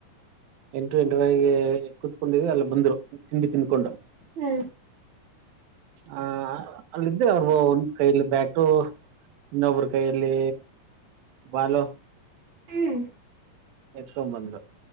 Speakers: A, on the right (about 85°); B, on the right (about 55°).
A: ಎಂಟು ಎಂಟವರೆಗೆ ಕೂತ್ಕೊಂಡೀವಿ ಅಲ್ಲ ಬಂದ್ರು ತಿಂಡಿ ತಿದ್ಕೊಂಡ.
B: ಹ್ಮ್
A: ಹಾ ಅಲ್ಲಿದ್ದೆ ಅವರು ಒಂದು ಕೈಲ್ಲಿ ಬ್ಯಾಟು. ಇನ್ನೊಬ್ಬ್ರ ಕೈಯಲ್ಲಿ ಬಾಲು.
B: ಹ್ಮ್ ಹ್ಮ್
A: ಎತ್ಕೊ ಬಂದ್ರು.